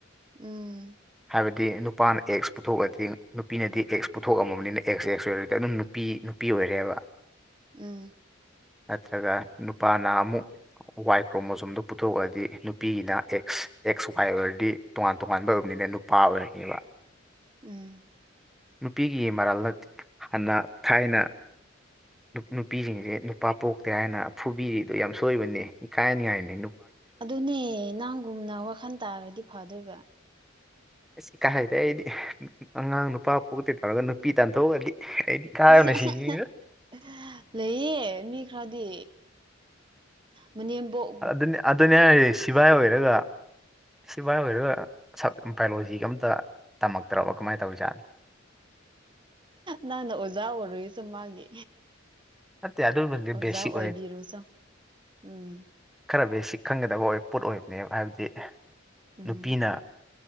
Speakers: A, on the right; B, in the centre.
A: ꯎꯝ
B: ꯍꯥꯏꯔꯗꯤ ꯅꯨꯄꯥꯅ ꯑꯦꯛꯁ ꯄꯨꯊꯣꯛꯑꯗꯤ ꯅꯨꯄꯤꯅꯗꯤ ꯑꯦꯛꯁ ꯄꯨꯊꯣꯛꯑꯝꯃꯕꯅꯤꯅ ꯑꯦꯛꯁ ꯑꯦꯛꯁ ꯑꯣꯏꯔꯗꯤ ꯑꯗꯨꯝ ꯅꯨꯄꯤ ꯅꯨꯄꯤ ꯑꯣꯏꯔꯦꯕ
A: ꯎꯝ
B: ꯅꯠꯇ꯭ꯔꯒ ꯅꯨꯄꯥꯅ ꯑꯃꯨꯛ ꯋꯥꯏ ꯀ꯭ꯔꯣꯃꯣꯖꯣꯝꯗꯣ ꯄꯨꯊꯣꯛꯑꯗꯤ ꯅꯨꯄꯤꯒꯤꯅ ꯑꯦꯛꯁ ꯑꯦꯛꯁ ꯋꯥꯏ ꯑꯣꯏꯔꯗꯤ ꯇꯣꯉꯥꯟ ꯇꯣꯉꯥꯟꯕ ꯑꯣꯏꯕꯅꯤꯅ ꯅꯨꯄꯥ ꯑꯣꯏꯔꯅꯦꯦꯕ
A: ꯎꯝ
B: ꯅꯨꯄꯤꯒꯤ ꯃꯔꯥꯜꯅ ꯍꯥꯟꯅ ꯊꯥꯏꯅ ꯅꯨꯄꯤꯁꯤꯡꯁꯦ ꯅꯨꯄꯥ ꯄꯣꯛꯇꯦ ꯍꯥꯏꯅ ꯐꯨꯕꯤꯔꯤꯗꯣ ꯌꯥꯝ ꯁꯣꯏꯕꯅꯤ ꯏꯀꯥꯏꯅꯤꯡꯉꯥꯏꯅꯤ
A: ꯑꯗꯨꯅꯦ ꯅꯪꯒꯨꯝꯅ ꯋꯥꯈꯜ ꯇꯥꯔꯗꯤ ꯐꯗꯣꯏꯕ
B: ꯑꯩꯁ ꯀꯥ ꯍꯥꯏꯗꯦ ꯑꯩꯗꯤ ꯑꯉꯥꯡ ꯅꯨꯄꯥ ꯄꯣꯛꯛꯇꯣꯏ ꯇꯧꯔꯒ ꯅꯨꯄꯤ ꯇꯥꯟꯊꯣꯛꯑꯒꯗꯤ ꯑꯩꯗꯤ ꯀꯥꯏꯕꯅ
A: <unintelligible>
B: ꯁꯤꯈꯤꯅꯤꯗ
A: ꯂꯩꯌꯦ ꯃꯤ ꯈꯔꯗꯤ ꯃꯅꯦꯝꯕꯣꯛ
B: ꯑꯗꯨ ꯑꯗꯨꯅꯤ ꯍꯥꯏꯔꯦ ꯁꯤꯚꯥꯏ ꯑꯣꯏꯔꯒ ꯁꯤꯚꯥꯏ ꯑꯣꯏꯔꯒ ꯁ ꯕꯥꯏꯑꯣꯂꯣꯖꯤꯒ ꯑꯝꯇ ꯇꯝꯃꯛꯇ꯭ꯔꯕ ꯀꯃꯥꯏꯅ ꯇꯧꯔꯤꯖꯥꯠꯅꯤ
A: ꯅꯪꯅ ꯑꯣꯖꯥ ꯑꯣꯏꯔꯨꯁꯨ ꯃꯥꯒꯤ
B: ꯅꯠꯇꯦ ꯑꯗꯨꯕꯨꯗꯤ
A: ꯑꯣꯖꯥ
B: ꯕꯦꯁꯤꯛ
A: ꯑꯣꯏꯕꯤꯔꯨꯁꯨꯣ ꯎꯝ
B: ꯈꯔꯕꯨꯩ ꯁꯤ ꯈꯪꯒꯗꯕ ꯄꯣꯠ ꯑꯣꯏꯕꯅꯦꯕ ꯍꯥꯏꯕꯗꯤ
A: ꯎꯝ
B: ꯅꯨꯄꯤꯅ